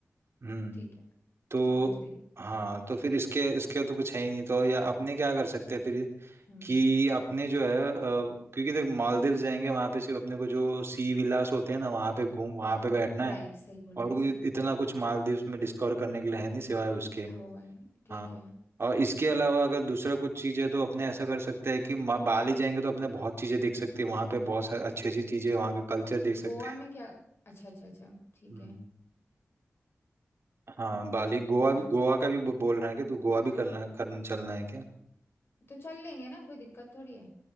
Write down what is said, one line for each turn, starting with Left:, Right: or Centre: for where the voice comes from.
Right: हम्म
Left: ठीक है
Right: तो
Left: समझ गई
Right: हाँ तो फिर इसके इसके तो कुछ है ही नहीं तो या अपने क्या कर सकते हैं फिर
Left: हम्म
Right: कि अपने जो है अ, क्योंकि देख मालदीव जाएंगे वहाँ पे सिर्फ अपने को जो सी विलास होते हैं ना वहाँ पे घूम वहाँ पे बैठना
Left: राइट
Right: है
Left: सही बोल
Right: और
Left: रहे
Right: कोई
Left: सही बोल
Right: इतना
Left: रहे
Right: कुछ मालदीव में डिस्कवर करने के लिए है नहीं सिवाय उसके
Left: होगा नहीं ठीक
Right: हाँ
Left: है
Right: और इसके अलावा अगर दूसरा कुछ चीज़ है तो अपने ऐसा कर सकते हैं कि मा- बाली जाएंगे तो अपने बहुत चीज़ें देख सकते हैं वहाँ पे बहुत सारी अच्छी अच्छी चीज़ें वहाँ के कल्चर देख सकते
Left: गोवा
Right: हैं
Left: में क्या अच्छा अच्छा अच्छा ठीक
Right: हम्म।
Left: है
Right: हाँ बाली गोवा
Left: और
Right: भी गोवा का भी ब- बोल रहा है कि तो गोवा भी करना करना चलना है क्या
Left: तो चल लेंगे ना कोई दिक्कत थोड़ी है